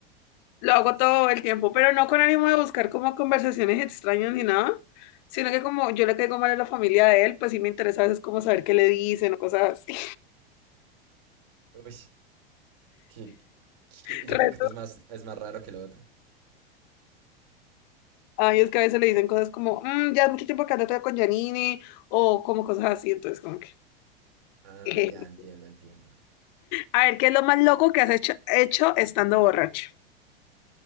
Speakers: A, on the left; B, on the right.
A: Lo hago todo el tiempo, pero no con ánimo de buscar como conversaciones extrañas ni nada, sino que como yo le caigo mal a la familia de él, pues sí me interesa a veces como saber qué le dicen o cosas así.
B: Uy, que- que-
A: <laughs>
B: yo
A: Reto.
B: creo que esto es más, es más raro que lo otro.
A: Ay, es que a veces le dicen cosas como, "Mm, ya es mucho tiempo que andas con Janine, o como cosas así, entonces como que...
B: Ah,
A: <laughs> jeje.
B: ya entiendo, entiendo.
A: A ver, ¿qué es lo más loco que has hecho, hecho estando borracho?